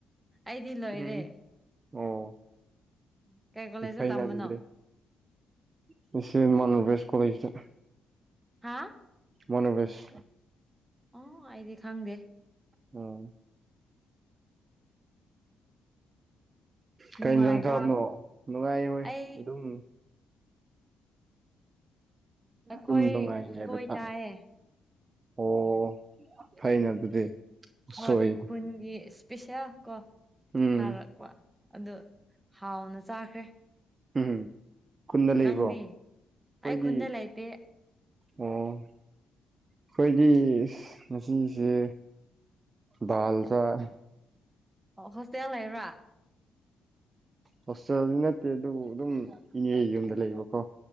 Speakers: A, on the right (about 15°); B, on the right (about 35°).
A: ꯑꯩꯗꯤ ꯂꯣꯏꯔꯦ
B: ꯎꯝ ꯑꯣ
A: <inaudible>
B: ꯐꯩꯅ
A: ꯇꯝꯕꯅꯣ
B: ꯑꯗꯨꯗꯤ ꯉꯁꯤꯃꯟ ꯋ‌ꯦꯁ ꯀꯣꯂꯦꯖꯇ
A: ꯍꯥꯥ
B: ꯃ‌ꯣꯅꯣꯕꯦꯁ
A: ꯑꯣ ꯑꯩꯗꯤ ꯈꯪꯗꯦ
B: ꯑꯣ
A: ꯅꯨꯡꯉꯥꯏꯕ꯭ꯔꯥ
B: ꯀꯩ ꯏꯟꯖꯥꯡ ꯆꯥꯕꯅꯣ ꯅꯨꯡꯉꯥꯏ ꯍꯣꯏ
A: ꯑꯩ
B: ꯑꯗꯨꯝ
A: ꯑꯩꯈꯣꯏ
B: ꯗꯨꯝ ꯅꯨꯡꯉꯥꯏꯔꯤ
A: ꯎꯁꯣꯏ
B: ꯍꯥꯏꯕ <unintelligible>
A: ꯆꯥꯏꯌꯦ
B: ꯑꯣ ꯐꯩꯅ ꯑꯗꯨꯗꯤ
A: ꯍꯣꯏ
B: ꯁꯣꯏ
A: ꯈꯨꯟꯒꯤ ꯏꯁꯄꯤꯁ‌ꯦꯜ ꯀꯣ
B: ꯎꯝ
A: ꯆꯥꯔꯛꯄ ꯑꯗꯨ ꯍꯥꯎꯅ ꯆꯥꯈ꯭ꯔꯦ
B: ꯎꯝ ꯈꯨꯟꯗ ꯂꯩꯕ꯭ꯔꯣ
A: ꯅꯪꯗꯤ
B: ꯑꯩꯈꯣꯏꯗꯤ
A: ꯑꯩ ꯈꯨꯟꯗ ꯂꯩꯇꯦ
B: ꯑꯣ ꯑꯩꯈꯣꯏꯗꯤ ꯏꯁ ꯉꯁꯤꯁꯦ ꯗꯥꯜ ꯆꯥꯏ
A: ꯑꯣ ꯍꯣꯁꯇꯦꯜ ꯂꯩꯕ꯭ꯔꯥ
B: ꯍꯣꯁꯇ‌ꯦꯜ ꯅꯠꯇꯦ ꯑꯗꯨꯕꯨ ꯑꯗꯨꯝ ꯏꯅꯦꯒꯤ ꯌꯨꯝꯗ ꯂꯩꯕꯀꯣ